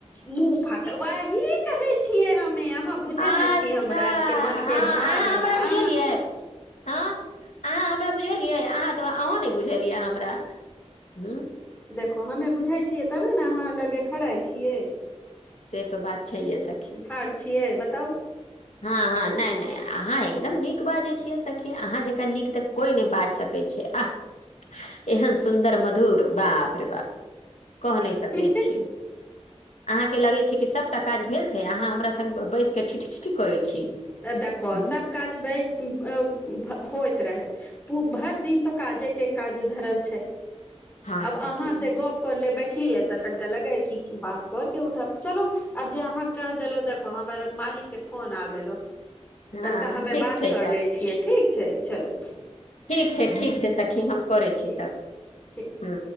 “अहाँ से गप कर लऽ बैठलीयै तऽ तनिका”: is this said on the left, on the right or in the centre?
Left